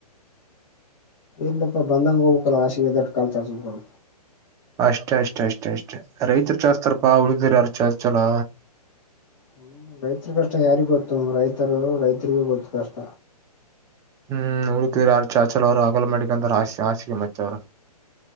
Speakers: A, on the left (about 50°); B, on the right (about 15°).
A: ಈಲ್ಲಪ್ಪ ಬಂದಂಗ ಹೋಗಬೇಕಲ್ಲ ಹಾಸಿಗೆ ಇದ್ದಷ್ಟು ಕಾಲ ಚಾಚಬೇಕಲ.
B: ಅಷ್ಟೇ ಅಷ್ಟೇ ಅಷ್ಟೇ ಅಷ್ಟೇ ರೈತರು ಚಾಸ್ತಾರಪಾ ಹುಳಿದರ ಯಾರು ಚಾಚಾಲ್ಲ.
A: ಹ್ಮ್ ರೈತರ ಕಷ್ಟ ಯಾರಿಗ ಗೊತ್ತು ಮಾರ ರೈತರು ರೈತರಿಗೂ ಗೊತ್ತು ಕಷ್ಟ.
B: ಹ್ಮ್ ಉಳಿದರ ಯಾರ್ ಚಾಚಲ ಅವ್ರು ಅಗಲ ಮಾಡಿಕ ಅಂತ ಆರ ಹಾಸ ಹಾಸಿಗೆ ಮತ್ತ ಅವರ.